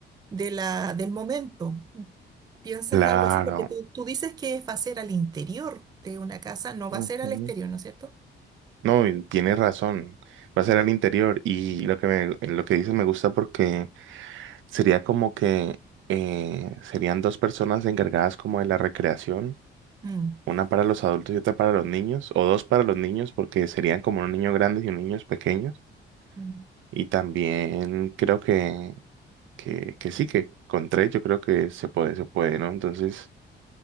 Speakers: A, on the right; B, on the right.
A: de la, del momento. ¿Piensas
B: Claro.
A: algo así? Porque tú, tú dices que va a ser al interior de una casa, no
B: Ujú.
A: va a ser al exterior, ¿no es cierto?
B: No, y tienes razón. Va a ser al interior. Y lo que me, lo que dices me gusta porque sería como que eh, serían dos personas encargadas como de la recreación,
A: Mm,
B: una para los adultos y otra para los niños, o dos para los niños, porque serían como unos niños grandes y unos niños pequeños.
A: mm.
B: Y también creo que, que, que sí, que con tres yo creo que se puede, se puede, ¿no? Entonces,